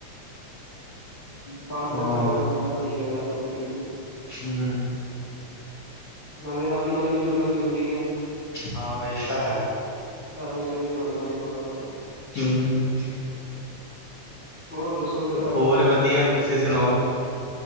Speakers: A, on the left; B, on the left.
A: ਪਾਠ
B: ਹਾਂ
A: ਕਰ ਸਕਦਾ ਬੰਦਾ ਸਹੀ ਗੱਲ ਆ ਭਾਜੀ ਬਿਲਕੁਲ।
B: ਹੂੰ।
A: ਨਾਲੇ ਰੱਬ ਨਾਲੇ ਵੀ ਜੁੜਨਾ ਜਰੂਰੀ ਹੈ।
B: ਹਾਂ ਇਹ ਤਾਂ ਹੈ
A: ਰੱਬ ਨਾਲੇ ਵੀ ਜੁੜ ਲਵਾਂਗੇ ਥੋੜਾ ਬਹੁਤਾ
B: ਹੂੰ,
A: ਹੋਰ ਦੱਸੋ ਫਿਰ ਭਾਜੀ
B: ਹੋਰ ਵਧੀਆ ਤੁਸੀਂ ਸੁਣਾਓ